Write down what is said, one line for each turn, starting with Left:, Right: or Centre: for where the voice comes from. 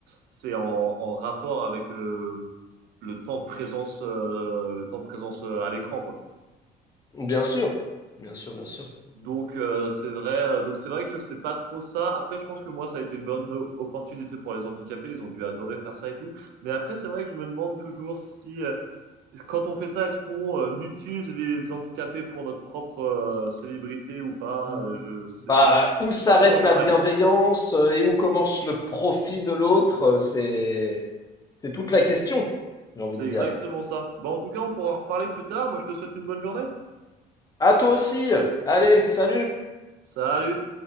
Right: c'est en, en rapport avec le le temps de présence, euh, le temps de présence euh, à l'écran quoi.
Left: Bien sûr, bien sûr, bien sûr.
Right: Donc euh, c'est vrai, euh, donc c'est vrai que je sais pas trop ça. Après, je pense que moi ça a été une bonne o- opportunité pour les handicapés. Ils ont dû adorer faire ça et tout. Mais après, c'est vrai que je me demande toujours si euh, Quand on fait ça, est-ce qu'on euh, utilise les handicapés pour notre propre euh, célébrité ou pas?
Left: Bah,
Right: Euh, je, c'est c'est vraiment
Left: où s'arrête
Right: c'est un peu borderline.
Left: la bienveillance euh, et où commence le profit de l'autre, euh, c'est c'est toute la question, j'ai envie
Right: C'est
Left: de
Right: exactement
Left: dire.
Right: ça. Bon, en tout cas, on pourra en reparler plus tard. Moi, je te souhaite une bonne journée.
Left: À toi aussi. Allez, salut.
Right: Salut!